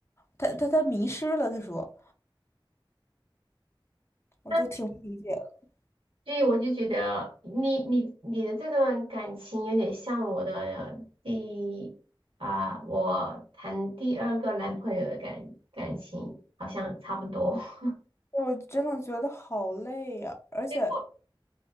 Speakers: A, on the left; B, on the right.
A: 他他他迷失了，他说，我就挺不理解的，
B: <laughs> 所以我就觉得你你你的这段感情有点像我的第啊、我谈第二个男朋友的感感情好像差不多。<laughs>
A: 我真的觉得好累呀、而且
B: 所以我我